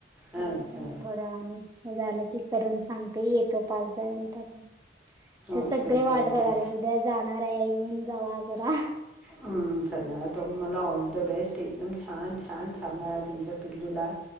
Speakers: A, in the centre; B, on the right (about 20°).
A: हम्म
B: आता
A: अच्छा
B: थोड्या वेळानी हे झालं की करून सांगते येतो पाच, दहा मिनटात ते
A: ओके
B: सगळे
A: ओके.
B: वाट बघायलेत. उद्या जाणार आहे येऊन जावा जरा.
A: हम्म चला तुम्हाला ऑल द बेस्ट एकदम छान, छान सांभाळा तुमच्या पिल्लूला.